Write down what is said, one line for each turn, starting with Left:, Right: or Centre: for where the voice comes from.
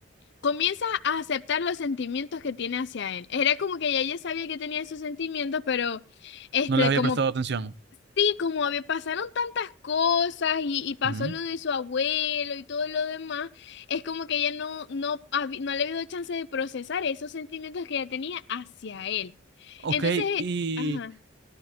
Left: Comienza a aceptar los sentimientos que tiene hacia él. Era como que ya ella sabía que tenía esos sentimientos, pero este,
Right: No les había
Left: como
Right: prestado atención.
Left: Sí, como había, pasaron tantas cosas y, y pasó
Right: Ujú.
Left: lo de su abuelo y todo lo demás, es como que ella no, no, habi- no le había dado chance de procesar esos sentimientos que ella tenía hacia él.
Right: Ok,
Left: Entonces, eh,
Right: y
Left: ajá,